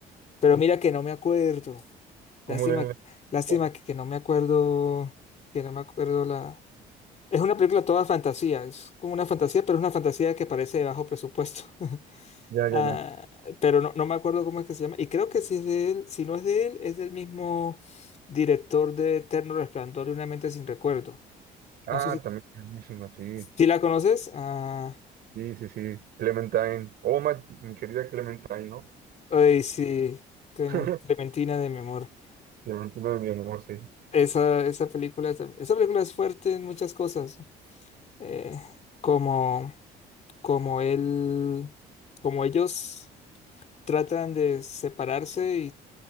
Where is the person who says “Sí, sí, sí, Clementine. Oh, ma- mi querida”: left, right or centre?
Right